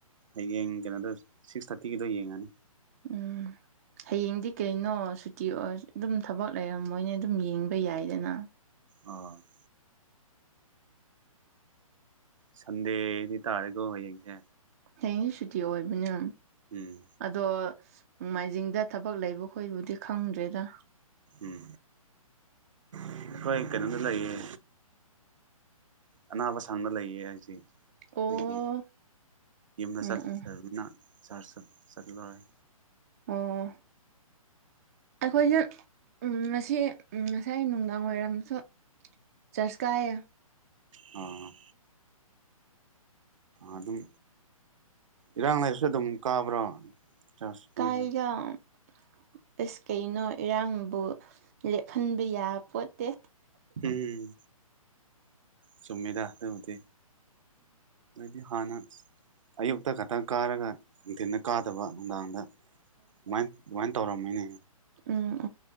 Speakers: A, on the right (about 60°); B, on the right (about 25°).
A: ꯍꯌꯦꯡ ꯀꯩꯅꯣꯗꯣ ꯁꯤꯛꯁ ꯊꯥꯔꯇꯤꯒꯤꯗꯣ ꯌꯦꯡꯉꯅꯤ
B: ꯎꯝ ꯍꯌꯦꯡꯗꯤ ꯀꯩꯅꯣ ꯁꯨꯇꯤ ꯑꯣꯏ ꯑꯗꯨꯝ ꯊꯕꯛ ꯂꯩꯔꯝꯃꯣꯏꯅꯦ ꯑꯗꯨꯝ ꯌꯦꯡꯕ ꯌꯥꯏꯗꯅ
A: ꯑꯥ <unintelligible> ꯁꯟꯗꯦꯗꯤ ꯇꯥꯔꯦꯀꯣ ꯍꯌꯦꯡꯁꯦ
B: ꯍꯌꯦꯡꯗꯤ ꯁꯨꯇꯤ ꯑꯣꯏꯕꯅꯦ
A: ꯎꯝ
B: ꯑꯗꯣ ꯅꯣꯡꯃꯥꯏꯖꯤꯡꯗ ꯊꯕꯛ ꯂꯩꯕ ꯈꯣꯏꯕꯨꯗꯤ ꯈꯪꯗ꯭ꯔꯦꯗ
A: ꯎꯝ ꯑꯩꯈꯣꯏ ꯀꯩꯅꯣꯗ ꯂꯩꯌꯦ ꯑꯅꯥꯕ ꯁꯪꯅ ꯂꯩꯌꯦ ꯍꯥꯏꯁꯤ
B: ꯑꯣ
A: ꯑꯗꯒꯤ ꯌꯨꯝꯗ
B: ꯎꯝ
A: ꯆꯠꯕꯅ
B: ꯎꯝ
A: ꯆꯔ ꯁꯠ ꯆꯠꯂꯣꯏ
B: ꯑꯣ ꯑꯩꯈꯣꯏꯁꯦ ꯉꯁꯤ ꯉꯁꯥꯏ ꯅꯨꯡꯗꯥꯡ ꯋꯥꯏꯔꯝꯁꯨ ꯆꯠꯁ ꯀꯥꯢꯌꯦ
A: ꯑꯣ ꯑꯗꯨꯝ ꯏꯔꯥꯡ ꯂꯩꯥꯏꯔꯁꯨ ꯑꯗꯨꯝ ꯀꯥꯕ꯭ꯔꯣ ꯆꯥꯔꯖ ꯅꯣꯏꯒꯤ
B: ꯀꯥꯏꯗ ꯑꯦꯁ ꯀꯩꯅꯣ ꯏꯔꯥꯡꯕꯨ ꯂꯦꯞꯍꯟꯕ ꯌꯥꯕ ꯄꯣꯠꯇꯦ
A: ꯎꯝ ꯆꯃꯤꯗꯗ ꯍꯧꯗꯤ ꯑꯗꯨꯗꯤ ꯍꯅ ꯑꯌꯨꯛꯇ ꯈꯛꯇꯪ ꯀꯥꯔꯒ ꯅꯨꯡꯊꯤꯟꯗ ꯀꯥꯗꯕ ꯅꯨꯡꯗꯥꯡꯗ ꯑꯗꯨꯃꯥꯏꯅ ꯑꯗꯨꯃꯥꯏꯅ ꯇꯧꯔꯝꯃꯤꯅꯦ
B: ꯑ